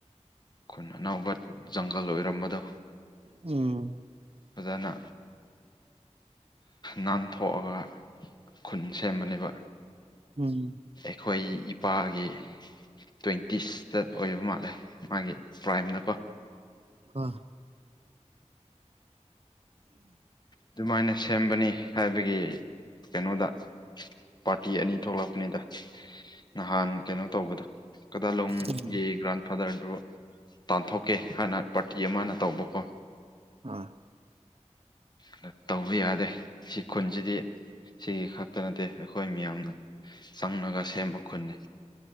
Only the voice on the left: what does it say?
ꯈꯨꯟ ꯑꯅꯧꯕ ꯖꯪꯒꯜ ꯑꯣꯏꯔꯝꯕꯗꯣ
ꯑꯣꯖꯥꯅ ꯅꯥꯟꯊꯣꯛꯑꯒ ꯈꯨꯟ ꯁꯦꯝꯕꯅꯦꯕ
ꯑꯩꯈꯣꯏ ꯏꯄꯥꯒꯤ ꯇ꯭ꯋꯦꯟꯇꯤꯁꯇ ꯑꯣꯏꯕ ꯃꯥꯜꯂꯦ ꯃꯥꯒꯤ ꯄ꯭ꯔꯥꯏꯝꯅꯀꯣ
ꯑꯗꯨꯃꯥꯏꯅ ꯁꯦꯝꯕꯅꯤ ꯍꯥꯏꯕꯒꯤ ꯀꯩꯅꯣꯗ ꯄꯥꯔꯇꯤ ꯑꯅꯤ ꯊꯣꯛꯂꯛꯄꯅꯤꯗ ꯅꯍꯥꯟ ꯀꯩꯅꯣ ꯇꯧꯕꯗ ꯀꯗꯥꯂꯣꯡꯒꯤ
ꯒ꯭ꯔꯥꯟ ꯐꯥꯗꯔꯗꯨ ꯇꯥꯟꯊꯣꯛꯀꯦ ꯍꯥꯏꯅ ꯄꯥꯔꯇꯤ ꯑꯃꯅ ꯇꯧꯕꯀꯣ
ꯑꯗ ꯇꯧꯕ ꯌꯥꯗꯦ ꯁꯤ ꯈꯨꯟꯁꯤꯗꯤ ꯁꯤꯒꯤ ꯈꯛꯇ ꯅꯠꯇꯦ ꯑꯩꯈꯣꯏ ꯃꯤꯌꯥꯝꯅ ꯆꯪꯉꯒ ꯁꯦꯝꯕ ꯈꯨꯟꯅꯤ